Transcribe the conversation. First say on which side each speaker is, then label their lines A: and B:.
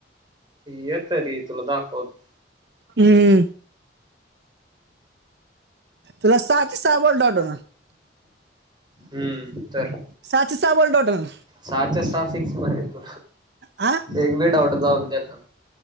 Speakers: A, on the right; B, on the right.
A: ये तरी तुला दाखवतो
B: हम्म तुला सहाच्या सहा बॉल <unintelligible>
A: हम्म तर
B: सहाची सहा बॉल डॉट होणार
A: सहाच्या सहा सिक्स मध्ये तू
B: हा
A: एक बी डाऊट जाऊन दे ना